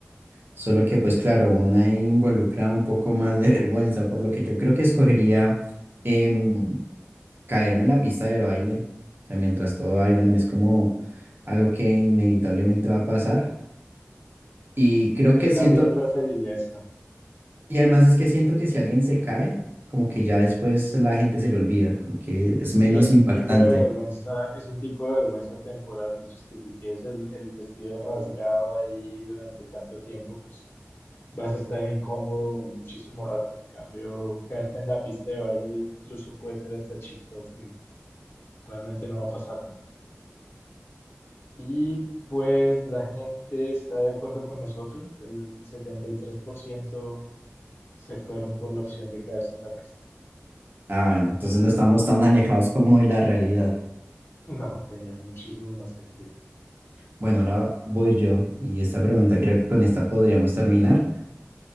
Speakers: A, on the right (about 45°); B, on the left (about 50°).
A: solo que pues claro, una involucra un poco más de <laughs> vergüenza, por lo que yo creo que escogería em, caerme en la pista de baile, o sea, mientras todo bailan es como algo que inevitablemente va a pasar y creo
B: Yo
A: que
B: también
A: siento,
B: preferiría esta.
A: y además es que siento que si alguien se cae, como que ya después la gente se le olvida, como que es menos
B: Sí, es
A: impactante.
B: un tipo de vergüenza, es un tipo de vergüenza temporal, mientras que si tienes el, el vestido rasgado ahí durante tanto tiempo, pues vas a estar incómodo muchísimo rato. En cambio, caerte en la pista de baile incluso puede ser hasta chistoso y realmente no va a pasar nada. Y pues la gente está de acuerdo con nosotros, el 73% se fueron por la opción de caerse en la pista.
A: Ah, bueno, entonces no estamos tan alejados como de la realidad.
B: No, tenía muchísimo más sentido.
A: Bueno, ahora voy yo y esta pregunta creo que con esta podríamos terminar